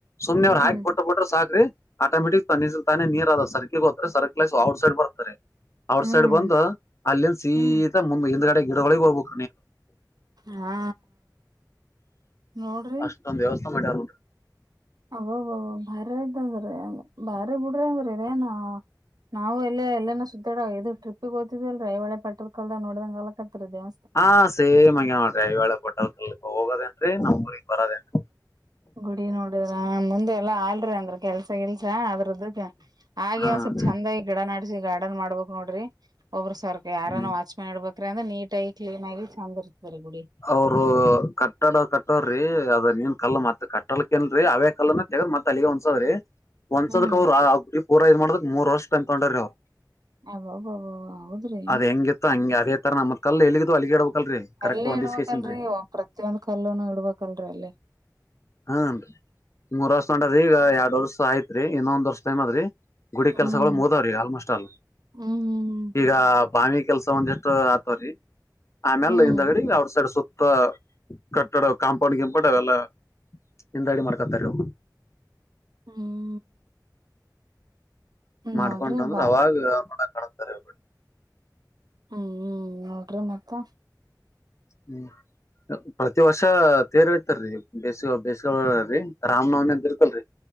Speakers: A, on the left; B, on the right.
A: ಸುಮ್ನೆ ಅವ್ರ
B: ಹ್ಮ್
A: ಹಾಕಿ ಕೊಟ್ಟ ಬಿಟ್ರ ಸಾಕ್ರಿ ಆಟೋಮೆಟಿಕ್ ತನ್ನ ಇಚ್ಚ್ಲಿ ತಾನೇ ನೀರ್ ಅದ ಸರ್ಕಿಗ ಹೋತ್ರಿ ಸರ್ಕ್ಲೈಶ್ ಔಟ್ ಸೈಡ್ ಬರ್ತರಿ. ಔಟ್
B: ಹ್ಮ್
A: ಸೈಡ್ ಬಂದ ಅಲ್ಲಿಂದ ಸೀದಾ
B: ಹ್ಮ್
A: ಮುಂದ್ ಹಿಂದ್ಗಡೆ ಗಿಡಗೊಳಿಗ ಹೋಗ್ಬೇಕು.
B: ಹಾ ನೋಡ್ರಿ
A: ಅಷ್ಟೊಂದ ವ್ಯವಸ್ಥೆ ಮಾಡ್ಯಾರ ನೋಡ್ರಿ.
B: ಅಬ್ಬಬ್ಬಾ <unintelligible> ಬಾರಿ ಬಿಡ್ರಿ ಹಂಗರ್ ಇದೇನ್ ನಾವು ಇಲ್ಲೆ ಎಲ್ಲನ ಸುತ್ತಾಡ ಇದು ಟ್ರಿಪ್ಪಿಗ್ ಹೊತಿದೇವಲ್ರಿ ಐಹೊಳೆ ಪಟ್ಟದಕಲ್ಲು ನೋಡ್ದಂಗ ಅಲಕತ್ರೀ ಜೀವ.
A: ಹಾ ಸೇಮ್ಂಗೆ ನೋಡ್ರಿ ಅಯ್ಯೋ ಹೊಳೆ ಪಟ್ಟದಕಲ್ಲಗ ಹೋಗೋದೇನ್ರಿ ನಮ್ ಉರಿಗ್ ಬರೋದೇನ್ರಿ
B: ಗುಡಿ ನೋಡಿದ್ರ ಮುಂದೆಲ್ಲಾ ಆಲ್ರಿ ಅಂದ್ರ ಕೆಲ್ಸ ಗಿಲ್ಸ ಅದ ಹಾಗೆ
A: ಹ್ಮ್
B: ಒಂದ್ ಸ್ವಲ್ಪ್ ಚಂದಾಗಿ ಗಿಡ ನಾಡ್ಸಿ ಗಾರ್ಡನ್ ಮಾಡ್ಬಬೇಕ್ ನೋಡ್ರಿ ಒಬ್ಬ್ರ ಸರ್ ಯಾರಾನ್
A: ಹ್ಮ್.
B: ವಾಚ್ ಮ್ಯಾನ್ ಇಡ್ಬೇಕ್ರಿ ಅಂದ್ರ ನೀಟ್ ಆಗಿ ಕ್ಲೀನ್ ಆಗಿ ಚಂದ ಇರ್ತದ್ರಿ ಗುಡಿ.
A: ಅವ್ರೂ ಕಟ್ಟಡ ಕಟ್ಟೋರಿ ಅದ ನೀನ್ ಕಲ್ಲ ಮತ್ ಕಟ್ಟಲ್ಕಿಲ್ರಿ ಅವೆ ಕಲ್ಲನ್ನ ತೆಗ್ದ್ ಮತ್ತ್ ಅಲ್ಲಿಗೆ ಹೊಂದಸೋದ್ರಿ ಹೊಂದಸದಕ್
B: ಹ್ಮ್
A: ಅವ್ರು ಅ ಪೂರ ಇದ್ ಮಾಡದ್ರ ಮೂರ್ ವರ್ಷ ತಂದಕೊಂಡಾರಿ ಅವ್ರು.
B: ಅಬ್ಬಬ್ಬಾ ಹೌದ್ರಿ.
A: ಅದ್ ಹೆಂಗಿತ್ತು ಹಂಗೆ ಅದೇ ತರ ನಮ್ದ ಕಲ್ಲ ಎಲ್ಲಿಗ ಇದ್ದುವು ಅಲ್ಲಿಗೆ ಇಡಬೇಕಲ್ರಿ ಕರೆಕ್ಟ್
B: ಇಲ್ಲೇ
A: ಒಂದ್
B: ಇಡ್ಬೇಕಲ್ರೀ
A: ದಿವ್ಸಕೇಸಿಂದ್ರಿ
B: ಪ್ರತಿಯೊಂದ್ ಕಲ್ಲುನ ಇಡ್ಬೇಕಲ್ರಿ ಅಲ್ಲೆ.
A: ಹನ್ರಿ ಮೂರ್ ವರ್ಷ ತೊಂಡಾರಿ ಈಗ ಯಾಡ್ ವರ್ಷ ಆಯ್ತ್ರಿ ಇನ್ನೊಂದ್ ವರ್ಷ ಟೈಮ್ ಆದ್ರಿ. ಗುಡಿ
B: ಹ್ಮ್
A: ಕೆಲ್ಸಗಳು ಮುಗದಾವ್ರಿ ಆಲ್ಮೋಸ್ಟ್ ಅಲ್.
B: ಹ್ಮ್
A: ಈಗ ಬಾವಿ ಕೆಲ್ಸ ಒಂದ ಇಟ್ ಆತವ್ರೀ ಆಮ್ಯಾಲ
B: ಹ್ಮ್
A: ಹಿಂದಗಡಿ ಅವ್ರ ಸೈಡ್ ಸುತ್ತ ಅ ಕಟ್ಟಡ ಕಾಂಪೌಂಡ್ ಗಿಪೊಂಡ್ ಅವೆಲ್ಲ ಹಿಂದಾಡಿ ಮಾಡ್ಕತಾರಿ ಅವ್ರ್.
B: ಹ್ಮ ನೋಡ್ರಿ
A: ಮಾಡ್ಕೊಂಡ್ ಅಂದ್ರ
B: ಬಾ
A: ಅವಾಗ ನೋಡಕ್ ಕಾಣತಾರ
B: ಹ್ಮ್ ಹ್ಮ್ ನೋಡ್ರಿ ಮತ್ತ.
A: ಹ್ಮ್. ಪ್ರತಿ ವರ್ಷ ತೇರ್ ಏಳಿತಾರೀ ಬೇಸಿಗೆ ಬೇಸಿಗಲ್ಲಿ ರಾಮನವಮಿ ಅಂತ ಇರುತ್ತಲ್ಲರಿ.